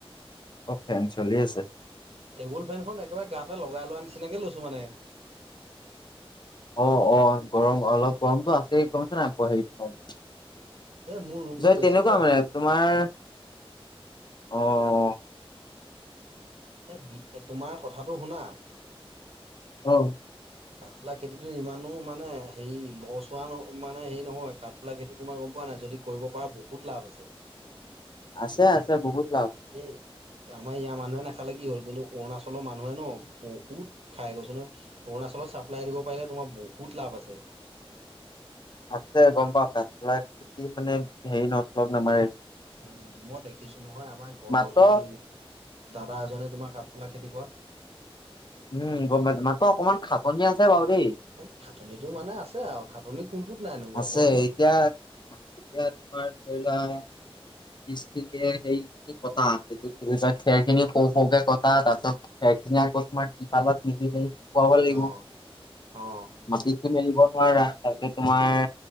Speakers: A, on the left; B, on the right.
A: অ' ফেন চলি আছে।
B: টেবুল ফেনখন একেবাৰে গাটে লগাই লোৱা নিচিনাকে লৈছোঁ মানে
A: অ' অ' গৰম অলপ গৰমতো আছেই <unintelligible>
B: এ মোৰ ৰুমটোত বেছি
A: তেনেকুৱা
B: গৰম
A: মানে তোমাৰ অ'
B: এ বি তোমাৰ কথাটো শুনা
A: আহ
B: কাঠফুলা খেতিতো ইমানো মানে হেৰি লছ হোৱা মানে হেৰি নহয়, কাঠফুলা খেতি তোমাৰ গম পোৱা নাই যদি কৰিব পৰা বহুত লাভ আছে।
A: আছে আছে বহুত লাভ
B: এ, আমাৰ ইয়াৰ মানুহে নাখা লে কি হ'ল কিন্তু অৰুণচলৰ মানুহে ন বহুত খাই, কৈছোঁ ন অৰুণাচলত চাপ্লাই দিব পাৰিলে বহুত লাভ আছে।
A: <inaudible> আছে গম পাওঁ। কাঠফুলা খেতি মানে হেৰি নহ <unintelligible> নামাৰে।
B: উম মই দেখিছো নহয় আমাৰ ঘৰৰ
A: মাত্ৰ
B: ওচৰৰ <unintelligible> এজনে তোমাৰ কাঠফুলা খেতি কৰা
A: উম্ গম পাইছো মাত্ৰ অকনমান খাটনি আছে বাৰু দেই
B: এই খাটনিটো মানে আছে আৰু খাটনি কোনটোত নাইনো‌ বাৰু
A: আছে
B: কোৱা চোন।
A: এতিয়া এতিয়া তোমাৰ ধৰি লোৱা <unintelligible> সেইখিন কটা এইটো খেৰ খিনি সৰু-সৰু কে কটা তাৰ পিছত ধুনীয়া <unintelligible> শুকুৱাব লাগিব।
B: অ', অ',
A: মাটিতো মেলিব নোৱাৰা তাৰপিছত তোমাৰ
B: অ',